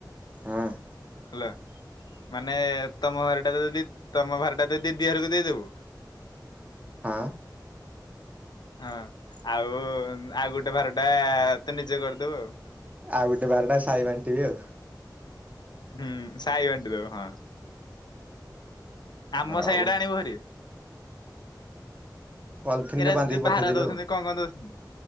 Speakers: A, on the right; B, on the left.
A: ହୁଁ।
B: ହେଲା। ମାନେ ତମ ଘରେ? ତାଲେ ଯଦି ତମ ଭାର ଟା ତ ଦିଦି ଘରକୁ ଦେଇଦବୁ?
A: ହଁ।
B: ହଁ ଆଉ ଆଉ ଗୋଟେ ଭାରଟା ତୁ ନିଜେ କରିଦବୁ ଆଉ।
A: ଆଉ ଗୋଟେ ଭାରଟା ସାହି ବାଣ୍ଟିବେ ଆଉ।
B: ହୁଁ ସାଇ ବାଣ୍ଟି ଦେବେ ହଁ। ଆମ
A: ହଉ
B: ସାଇଆଡ଼େ ଆଣିବୁ ଭାରି।
A: ପଲଥିନ୍
B: ଏରା
A: ରେ ବାନ୍ଧିକି
B: ଯୋଉ
A: ପଠେଇଦେବି
B: ଭାର ଦଉଛନ୍ତି
A: ଆଉ।
B: କଣ କଣ ଦଉଛନ୍ତି